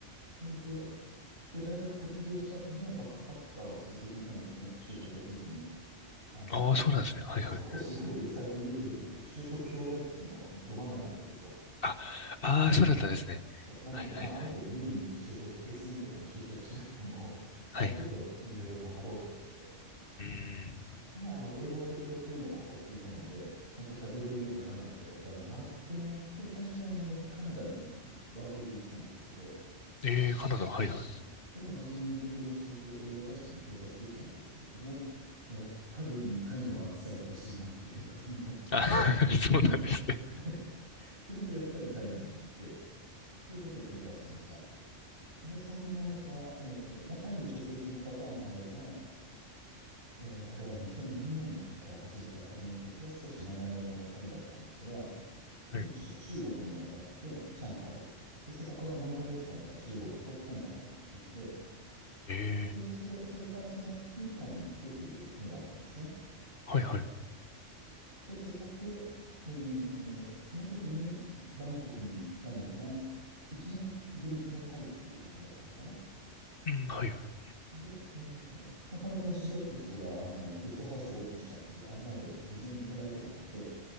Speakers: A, on the right (about 45°); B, on the left (about 50°).
A: それで、で、大学卒業した後もバックパッカーを続けていたんですね。就職をせずに。あの、
B: ああ、そうなんですね。はいはい。
A: そう、私、いわゆる最近よく出てくる就職氷河期のど真ん中なんですよ。
B: あ、ああ、そうだったんですね。
A: そう。なので、
B: はいはいはい。
A: まあ、あえて無理に就職、SE とかに就職しなくても、<laughs>
B: はいはい。
A: もうちょっといろいろ頑張ろうと思って。
B: うん。
A: で、まあ、あの、英語の勉強というのもやっていたので、ちゃんと喋れるようにならないとダメだなっていうのもあって、最初はあの、カナダにいワーホリで行ってたんですけれど、
B: ええ、カナダ、はいはい。
A: はい。で、まあ、真面目に勉強もしていて、英語は確かに上達できたんですけれども、まあ、やっぱりタイの暑さが欲しいなっていうことになって、
B: あ、<laughs> そうなんですね。
A: はい。で、またやっぱりタイに行って、ということを繰り返していました。で、そんな中、えーまあ、タイに直接行くパターンもあれば、えーあれは2002年から始めた旅の時は少し長めの旅だったんですが、まず中中国に渡って、
B: はい。
A: 上海。で、そこから何ヶ月間か中国と香港にいて、
B: ええ、
A: で、そこ、それからその後にタイに行ってというのがあったんですね。
B: はいはい。
A: で、そこで、えーその時にバンコクに行ったのが、1年ぶりのタイっていう感じだったのかな。
B: うん、はいはい。
A: で、えーまあ、たまたま知り合った人が、あの、ゲストハウスをオープンしたっていう案内を事前にいただいてたので、